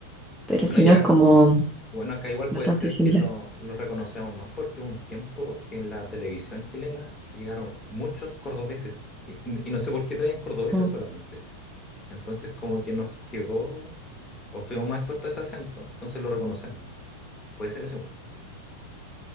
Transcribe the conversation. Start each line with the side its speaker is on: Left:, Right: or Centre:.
Centre: Pero
Left: Bueno,
Centre: si
Left: ya
Centre: no es como
Left: Bueno, acá igual
Centre: bastante
Left: puede ser
Centre: similar.
Left: que lo, lo reconocemos más porque hubo un tiempo que en la televisión chilena llegaron muchos cordobeses y, y no sé por qué traían cordobeses
Centre: Mm,
Left: solamente. Entonces como que nos quedó o estuvimos más expuestos a ese acento, entonces lo reconocemos. Puede ser eso. igual.